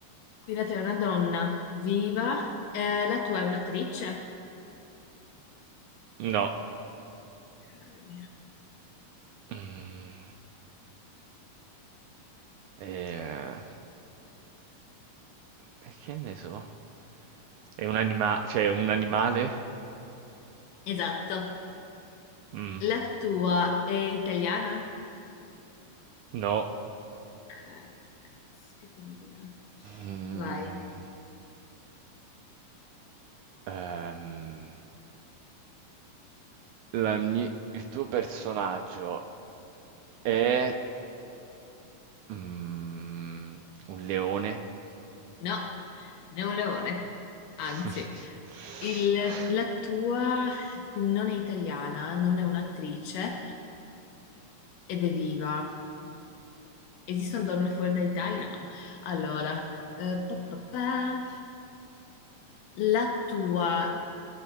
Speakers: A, on the left (about 80°); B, on the right (about 80°).
A: Qui la tua è una donna viva, eh, la tua è un'attrice.
B: No.
A: Ok.
B: Mm. Eh, e che ne so? È un anima- cioè un animale?
A: Esatto.
B: Mm.
A: La tua è italiana?
B: No.
A: Ok, caspiterina.
B: Mm.
A: Vai.
B: Ehm, la mie- il tuo personaggio è Mhmm, un leone?
A: No, non è un leone.
B: <laughs>
A: Anzi, il- la tua quindi non è italiana, non è un'attrice ed è viva. Esistono donne fuori dall'Italia? No. Allora, eh, pa, pa, pa. La tua